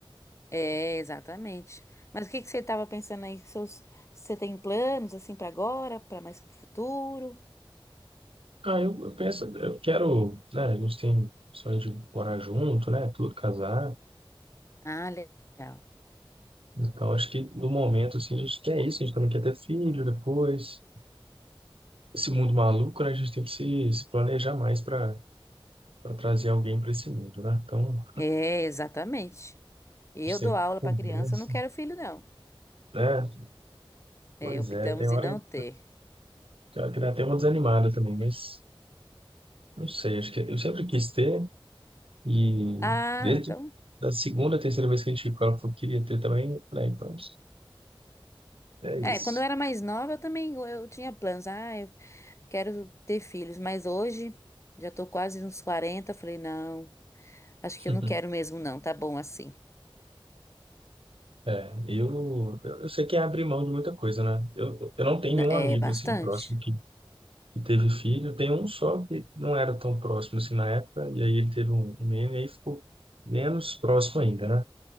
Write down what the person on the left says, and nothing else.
É, exatamente. Mas o que que você estava pensando aí? Seus, você tem planos assim para agora, para mais pro futuro?
Ah, legal.
É, exatamente. Eu
dou aula
para criança, eu não quero filho, não.
É, optamos
em não
ter.
Ah,
então.
É, quando eu era mais nova, eu também eu, eu tinha planos. Ah, eu quero ter filhos. Mas hoje, já tô quase nos 40. falei, não, acho
que eu não quero mesmo, não. Tá bom assim.
N-
É
bastante.